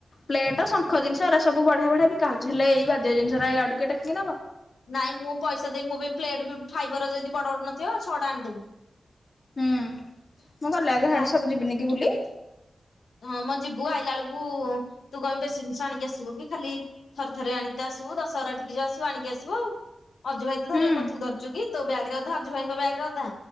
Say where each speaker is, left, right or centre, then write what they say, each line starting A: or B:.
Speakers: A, on the left; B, on the left.
A: ପ୍ଲେଟ, ଶଙ୍ଖ ଜିନିଷ ଏଗୁରା ସବୁ ବଢିଆ ବଢିଆ ବିକା ହଉଛି, ହେଲେ ଏଇ ବାଜ୍ୟ ଜିନିଷ ଗୁରା ୟାଡୁ କିଏ ଟେକିକି ନବ?
B: ନାଇଁ ମୁଁ ପଇସା ଦେବି ମୋ ପାଇଁ ପ୍ଲେଟ ବି ଫାଇବରର ଯଦି ବଡ ବଡ ନଥିବ ଛଅଟା ଆଣିଦବୁ।
A: ହୁଁ ମୁଁ ଗଲେ ଆଗେ
B: ଫା
A: ହାଡି ସବୁ ଯିବିନି କି ବୁଲି।
B: ହଁ ମଁ ଯିବୁ ଆଇଲା ବେଳକୁ ତୁ କଣ୍ ବେଶୀ ଜିନିଷ ଆଣିକି ଆସିବୁ କି ଖାଲି ଥରେ ଥରେ ଆଣିକି ତ ଆସ ଆସୁ ଦଶହରା ଟିକି ଯୋଉ ଆସିବୁ ଆଣିକି ଆସିବୁ ଆଉ। ଅଜୁ ଭାଇ ତ ଧରେ
A: ହୁଁ।
B: କଣ ତୁ ଧରଛୁ କି, ତୋ ବ୍ୟାଗରେ ଅଧା ଅଜୁ ଭାଇଙ୍କ ବ୍ୟାଗରେ ଅଧା।